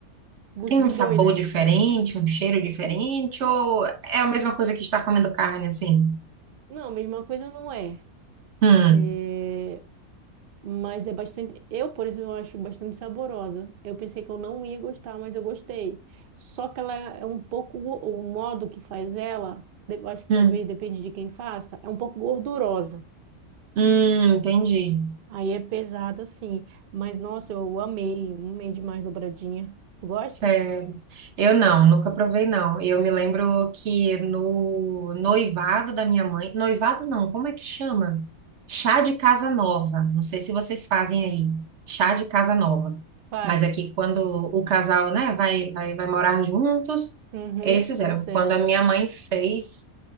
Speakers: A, on the right; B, on the right.
A: Bucho
B: Tem um
A: de
B: sabor
A: boi, né?
B: diferente, um cheiro diferente, ou é a mesma coisa que estar comendo carne, assim?
A: Não, mesma coisa não é.
B: Hum,
A: É, Mas é bastante. Eu, por exemplo, eu acho bastante saborosa. Eu pensei que eu não ia gostar, mas eu gostei. Só que ela é um pouco. go- O modo que faz ela, de- eu acho que
B: hum,
A: talvez depende de quem faça, é um pouco gordurosa.
B: hum, entendi.
A: Aí é pesada, sim. Mas nossa, eu amei. Amei demais dobradinha. Tu gosta?
B: Sério. Eu não, nunca provei, não. Eu me lembro que no noivado da minha mãe. Noivado não, como é que chama? Chá de casa nova. Não sei se vocês fazem aí. Chá de casa nova.
A: Faz.
B: Mas aqui, quando o casal, né, vai, vai, vai morar juntos,
A: Uhum,
B: eles fizeram.
A: eu sei.
B: Quando a minha mãe fez.